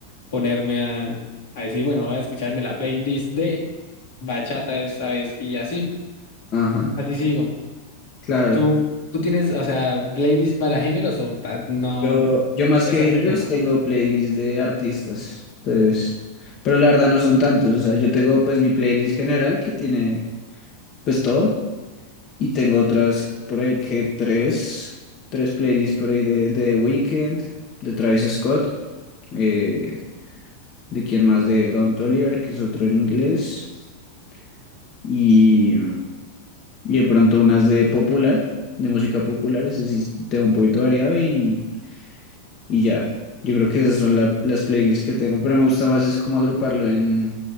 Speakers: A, on the left; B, on the left.
A: ponerme a, a decir, bueno, voy a escucharme la playlist de bachata esta vez. Y así,
B: ajá,
A: así sigo.
B: claro.
A: ¿Tú, tú tienes, o sea, playlist para géneros o ta- no
B: Yo, yo más
A: es
B: que
A: hacer
B: géneros
A: eso?
B: tengo playlists de artistas, entonces, pero la verdad no son tantos, o sea, yo tengo pues mi playlist general que tiene pues todo y tengo otras por ahí que tres, tres playlists por ahí de, de The Weeknd, de Travis Scott, eh, de quién más, de Don Toliver, que es otro en inglés, y, y de pronto unas de popular, de música popular, ese sí tengo un poquito variado y Y ya, yo creo que esas son la- las playlists que tengo, pero me gusta más es como agruparlo en,